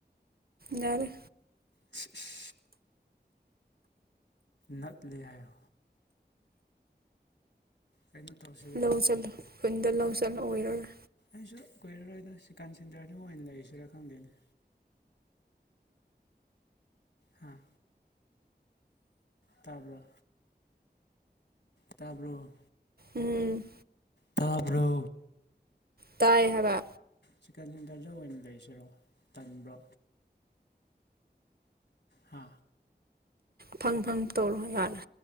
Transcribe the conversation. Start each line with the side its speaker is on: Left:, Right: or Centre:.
Right: ꯌꯥꯔꯦ
Left: ꯏꯁ ꯏꯁ ꯅꯠꯂꯦ ꯍꯥꯏꯌꯣ ꯀꯩꯅꯣ ꯇꯧꯁꯤ
Right: ꯂꯧ ꯆꯠꯂꯣ ꯈꯨꯟꯗ ꯂꯧ ꯆꯠꯂꯣ ꯑꯣꯏꯔꯔꯣꯏ
Left: ꯑꯩꯁꯨ ꯀꯨꯏꯔꯔꯣꯏꯗ ꯆꯤꯛꯀꯥꯟ ꯁꯦꯟꯇ꯭ꯔꯗꯨ ꯑꯣꯏꯅ ꯂꯩꯔꯁꯤꯔꯥ ꯈꯪꯗꯦꯅꯦ ꯍꯥꯥ ꯇꯥꯕ꯭ꯔꯣ ꯇꯥꯕ꯭ꯔꯣ
Right: ꯎꯝ
Left: ꯇꯥꯕ꯭ꯔꯣ
Right: ꯇꯥꯏ ꯍꯥꯏꯕ
Left: ꯆꯤꯛꯀꯟ ꯁꯦꯟꯇ꯭ꯔꯗ ꯑꯣꯏꯅ ꯂꯩꯁꯤꯔꯣ ꯇꯟꯕ꯭ꯔꯣ ꯍꯥ
Right: ꯐꯪ ꯐꯪ ꯇꯧꯔꯣ ꯌꯥꯔꯦ